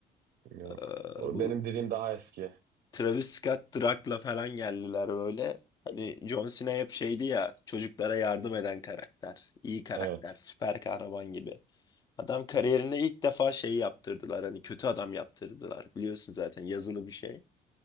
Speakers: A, on the right (about 60°); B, on the left (about 25°).
A: Yok.
B: Ee,
A: O
B: bu.
A: benim dediğim daha eski.
B: Travis Scott Drak'la falan geldiler böyle. Hani John Cena hep şeydi ya çocuklara yardım eden karakter. iyi karakter,
A: Evet.
B: süper kahraman gibi. Adam kariyerinde ilk defa şey yaptırdılar hani kötü adam yaptırdılar. Biliyorsun zaten yazılı bir şey.